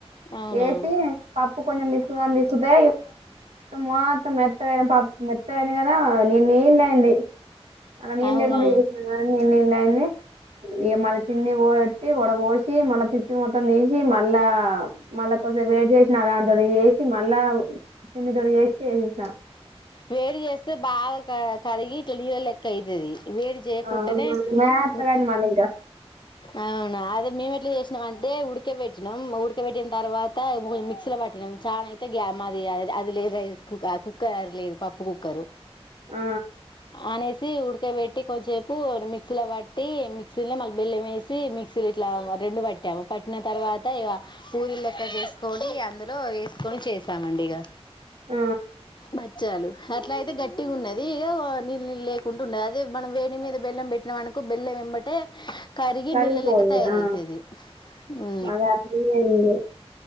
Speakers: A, on the left (about 45°); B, on the right (about 80°).
A: అవునా
B: ఎసి పప్ కొంచెం పీసుకుదమని తీసుకుంటే మొత్తం మెత్తగైన పప్ మెత్తగైంది కదా నీల్ నీలు అయింది. అలా నీల్
A: అవునా
B: లేకుండా చేసిన నినా అయింది ఇ మలా చిన్ని పోట్టి వడ పోసి మలా పిప్పి మొత్తం తీసి మల్లా మళ్ళా కొంచెం వేడి చేసిన దంతోటి చేసి మళ్ళా తిన్నితోటి చేసి చేసినా
A: వేడి చేస్తే బాగా కడగ్ కరిగి ఇట్లా నీరు లెక్క అయితది వేడి చేయకుండానే
B: ఆ మెత్తగా
A: ఉ
B: అయింది మళ్ళీ ఇంకా
A: అవును అదిే మీమేట్ ఇట్లా చేసినాం అంటే ఉడకబెట్టినాం ఉడకబెట్టిన తర్వాత ము మిక్సీలో పట్టినాం చాన అయితే గ్యా మాది అది లేదు కుక ఆ కుక్ క్కర్ లేదు పప్పు కుక్కరు
B: ఆ
A: అనెస్ ఉడకాయబెట్టి కొంచసేపు మిక్సీలో పట్టి మిక్సీలో మలా బెల్లం వేసి మిక్సీలు ఇట్లా రెండు పట్టాము, పట్టిన తర్వాత ఇగా పూరిల్ లెక్క చేసుకొని అందులో వేసుకొని చేసామండి ఇగా.
B: ఆ
A: మచ్చాలు అట్లా అయితే గట్టిగా ఉన్నది ఇగో నీళ్ నీళు లేకుండా ఉన్నది అదే మనం వేడి మీద బెల్లం పెట్టినామ్ అనుకో బెల్లం వెంబటే కరిగి
B: కరిగిపోయింది
A: నీళ్ళలేక తయారైతది
B: ఆ
A: ఉ
B: అదే అట్లనే ఉంది